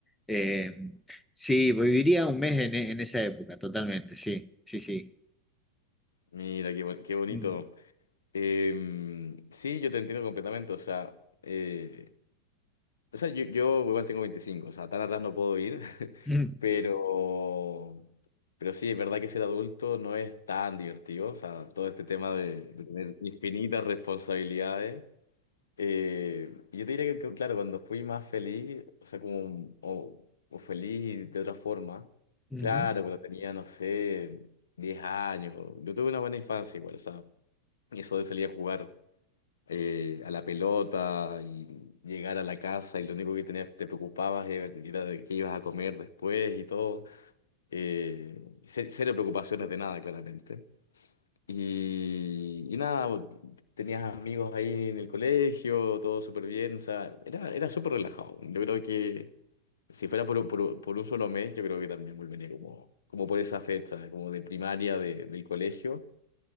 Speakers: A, in the centre; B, on the left.
A: Eh, sí, viviría un mes en, e- en esa época, totalmente, sí, sí, sí.
B: Mira, qué, bo- qué bonito.
A: Mm.
B: Em, sí, yo te entiendo completamente. O sea, eh, o sea yo, yo igual tengo 25, o sea, tan atrás no puedo ir, <laughs>
A: <clears throat>
B: pero, pero sí, es verdad que ser adulto no es tan divertido. O sea, todo este tema de, de tener infinitas responsabilidades. Eh, yo te diría que, claro, cuando fui más feliz, o sea, como, o, o feliz de otra forma,
A: Ujú.
B: claro, cuando tenía, no sé, 10 años, yo tuve una buena infancia igual, o sea, y eso de salir a jugar eh, a la pelota y llegar a la casa y lo único que tenías, te preocupabas era era de qué ibas a comer después y todo, eh, ce- cero preocupaciones de nada, claramente. Y, y nada, bo- tenías amigos ahí en el colegio, todo súper bien, o sea, era, era súper relajado. Yo creo que si fuera por, por- por un solo mes, yo creo que también volvería como, como por esa fecha, como de primaria de- del colegio.